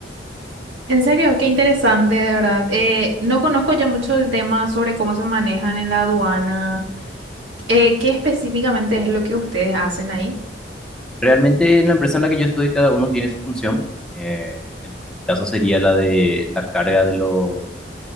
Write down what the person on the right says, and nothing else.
En serio, qué interesante, de verdad. Eh, no conozco yo mucho el tema sobre cómo se manejan en la aduana. Eh, ¿qué específicamente es lo que ustedes hacen ahí?